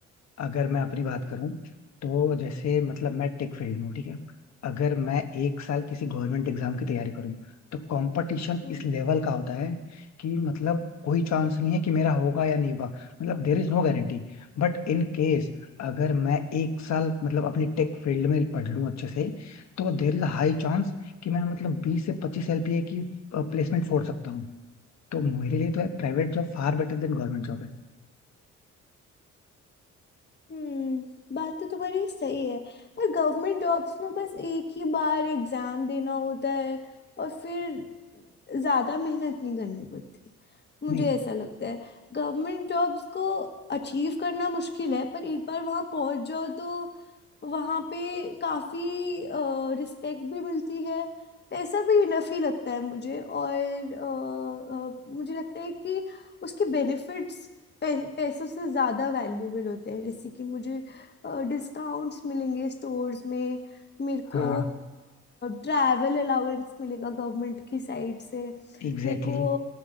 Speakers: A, on the left (about 60°); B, on the left (about 35°).
A: अगर मैं अपनी बात करूं तो जैसे मतलब मैं टेक फील्ड में हूं ठीक है अगर मैं एक साल किसी गवर्नमेंट एग्जाम की तैयारी करूं तो कंपटीशन
B: हम्म।
A: इस लेवल का होता है कि मतलब कोई चांस नहीं है कि मेरा होगा या नहीं होगा मतलब there is no guarantee But in case अगर मैं एक साल मतलब अपनी टेक फील्ड में पढ़ लूं अच्छे से तो देर इज हाई चांस कि मैं मतलब बीस से पच्चीस एलपीए की प्लेसमेंट फोड़ सकता हूँ तो मेरे लिए तो private job far better than government job है
B: हम्म बात तो तुम्हारी सही है पर गवर्नमेंट जॉब्स में बस एक ही बार एग्जाम देना होता है और फिर ज्यादा मेहनत नहीं करनी पड़ती मुझे
A: नहीं
B: ऐसा लगता है गवर्नमेंट जॉब्स को अचीव करना मुश्किल है पर एक बार वहां पहुंच जाओ तो वहां पे काफी रिस्पेक्ट भी मिलती है पैसा भी इनफ ही लगता है मुझे और अ, अ, मुझे लगता है कि उसके बेनिफिट्स पे, पैसों से ज़्यादा वैल्यूबल होते हैं जैसे कि मुझे डिस्काउंट्स मिलेंगे स्टोर्स में मेरे
A: हाँ
B: को ट्रैवल अलाउंस मिलेगा गवर्नमेंट की साइड से
A: एग्जैक्टली
B: मेरे को
A: exactly.